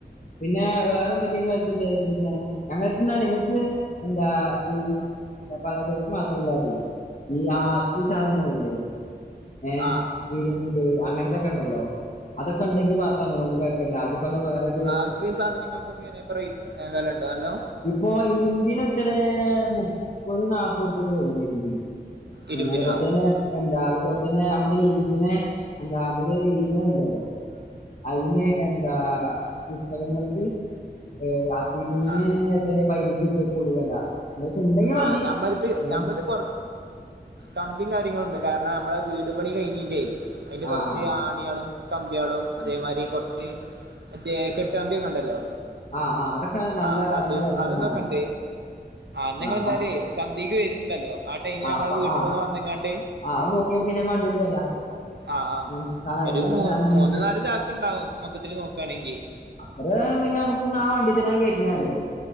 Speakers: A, on the left (about 45°); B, on the right (about 75°).
A: പിന്നെ വേറെന്തൊക്കെയ <unintelligible> പിന്നെ ഞങ്ങക്ക്ന്നാൽ എങ്ങക്ക് എന്താ മ് പരാചരക്ക് മാത്രമല്ലാതെ ഈ ആ സാധനങ്ങളല്ലേ ഏർ്
B: ആ
A: ഇരുമ്പ് അങ്ങനത്തൊക്കെ ഉണ്ടല്ലോ അതൊക്കെ ഉണ്ടെങ്കിൽ <unintelligible> കുഴപ്പമില്ല അത്പ്പ <unintelligible>
B: ആക്രീ സാധനങ്ങൾക്കൊക്കെ വിലണ്ടോ അല്ലോ
A: ഇപ്പൊ ഇരുമ്പിന് എത്ര മുപ്പത് നാപ്പത് രൂപ്യ പോകുന്നു ഇരുമ്പിന്
B: ഇരുമ്പിനോ
A: പത്തന എന്താ അതുപോലെ തന്നെ നമ്മള് എഴുത്തണെ എന്താ നമ്മള് എഴുതനെ ഉണ്ടല്ലോ അതിനെ എന്താ പുസ്തകങ്ങൾക്ക് ഏ പിന്നെ
B: ആ
A: എത്ര പതിനഞ്ച് രൂപ്യയൊക്കെ ഉള്ളൂ വില മതി
B: ആഹ് ഞമ്മളിത്
A: ഏഹ്
B: ഞമ്മളിത് പുറ കമ്പീം കാര്യങ്ങളുണ്ട് കാരണം നമ്മളെ വീട് പണി കഴിഞ്ഞില്ലേ അതില് കൊറച്ച്
A: ആഹ്
B: ആണിയളും കമ്പികാളും അതേമാരി
A: ആഹ്
B: കുറച്ച് മറ്റേ കെട്ടുകമ്പിയൊക്കെയുണ്ടല്ലോ?
A: ആഹ് അതൊക്കെ നല്ല
B: ആ അതും
A: നല്ല വിലയുള്ള
B: അതെന്തൊക്കെയുണ്ട്
A: സാധനമാണ്
B: ആ നിങ്ങളെന്തായാലേ
A: ആഹ്
B: ചന്തേക്ക് വരുണുണ്ടല്ലോ ആ ടൈമില് നമ്മള്
A: അപ്പൊ
B: വീട്ടിക്ക്
A: ആ
B: ഒന്നു വന്നങ്ങാണ്ട്
A: ആ അത് നോക്കിയാ മതി ഞാൻ വണ്ടി കൊണ്ട് വരാം
B: ആ ആ
A: ഉം. സാധനം അയിമേത്ര
B: ഒരു മൂ
A: സാധനം ഉണ്ടെങ്കിൽ
B: മൂന്ന് നാല് ചാക്ക് ഉണ്ടാവും മൊത്തത്തില് നോക്കാണെങ്കിൽ
A: അത്രണ്ടെങ്കിൽ നമ്മുക്ക് ന്നാ ആ വണ്ടീ തന്നെ കേറ്റല്ലേ നല്ലത്